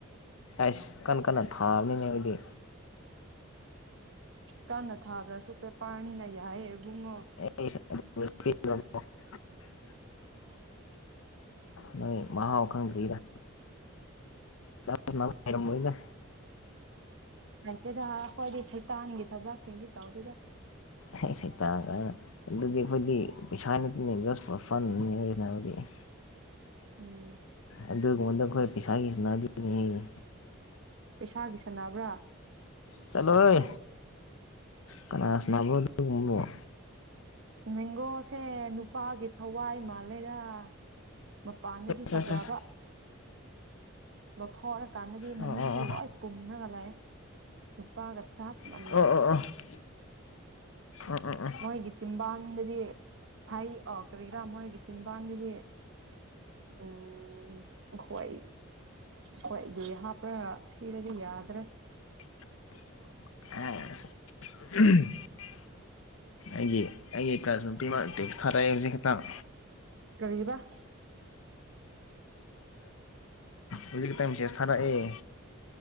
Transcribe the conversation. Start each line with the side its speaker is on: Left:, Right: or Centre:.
Left: ꯑꯁ ꯀꯟ ꯀꯟꯅ ꯊꯥꯕꯅꯤꯅꯦ ꯑꯩꯈꯣꯢꯗꯤ
Right: ꯀꯟꯅ ꯊꯥꯗ꯭ꯔꯁꯨꯨ ꯄꯦꯄ꯭ꯔꯅꯤꯅ ꯌꯥꯏꯌꯦ ꯏꯕꯨꯡꯉꯣ
Left: ꯑꯩꯁ <unintelligible> ꯃꯣꯏ ꯃꯍꯥꯎ ꯈꯪꯗ꯭ꯔꯤꯗ ꯆꯠ ꯁꯥꯟꯅꯕ ꯍꯩꯔꯝꯃꯣꯢꯗ
Right: ꯂꯩꯇꯦꯗ ꯑꯩꯈꯣꯏꯗꯤ ꯁꯩꯇꯥꯟꯒꯤ ꯊꯕꯛꯁꯤꯡꯁꯤ ꯇꯧꯗꯦꯗ
Left: ꯑꯩ ꯁꯩꯇꯥꯟ ꯀꯥꯢꯅ ꯑꯗꯨꯗꯤ ꯑꯩꯈꯣꯏꯗꯤ ꯄꯩꯁꯥ ꯅꯠꯇꯦꯅꯦ ꯖꯁ ꯐꯣꯔ ꯐꯟꯅꯤ ꯁꯥꯅꯕꯗꯤ <inaudible>
Right: ꯎꯝ
Left: ꯑꯗꯨꯒꯨꯝꯕꯗꯨ ꯑꯩꯈꯣꯏ ꯄꯩꯁꯥꯒꯤ ꯁꯟꯅꯥꯗꯤꯅꯦꯍꯦ
Right: ꯄꯩꯁꯥꯒꯤ ꯁꯟꯅꯕ꯭ꯔ
Left: ꯆꯠꯂꯣꯍꯦ ꯀꯅꯥ ꯁꯅꯕ꯭ꯔꯣ ꯑꯗꯨꯒꯨꯝꯕꯕꯣ
Right: ꯃꯦꯡꯒꯣꯁꯦ ꯅꯨꯄꯥꯒꯤ ꯊꯋꯥꯏ ꯃꯥꯜꯂꯦꯗ ꯃꯄꯥꯟꯗꯗꯤ
Left: ꯑꯁ
Right: ꯐꯖꯕ
Left: ꯑꯁ
Right: ꯂꯧꯊꯣꯛꯔꯀꯥꯟꯗꯗꯤ
Left: ꯑꯣ
Right: ꯃꯅꯨꯡꯗ
Left: ꯑꯣ ꯑꯣ
Right: ꯂꯣꯏ ꯄꯨꯝꯔꯒ ꯂꯩ ꯅꯨꯄꯥꯒ ꯆꯞ ꯃꯥꯟꯅꯩ
Left: ꯑꯣ ꯑꯣ ꯑꯣ ꯑꯣ ꯑꯣ
Right: ꯃꯣꯏꯒꯤ ꯆꯤꯝꯕꯥꯟꯗꯗꯤ ꯐꯩ ꯑꯣ ꯀꯔꯤꯔ ꯃꯣꯢꯒꯤ ꯆꯤꯟꯕꯥꯟꯗꯗꯤ ꯎꯝ ꯍꯣꯏ ꯈꯣꯏꯗꯤ ꯍꯥꯞꯄ꯭ꯔ ꯁꯤꯗꯗꯤ ꯌꯥꯗ꯭ꯔꯦ
Left: <inaudible> ꯑꯣ <inaudible> ꯑꯩꯒꯤ ꯑꯩꯒꯤ ꯀ꯭ꯔꯁ ꯅꯨꯄꯤ ꯑꯃ ꯇꯦꯛꯁ ꯊꯥꯔꯛꯑꯦ ꯍꯧꯖꯤꯛ ꯈꯤꯇꯪ
Right: ꯀꯔꯤꯕ <inaudible>
Left: ꯍꯧꯖꯤꯛꯇ ꯃꯦꯁꯦꯁ ꯊꯥꯔꯛꯑꯦ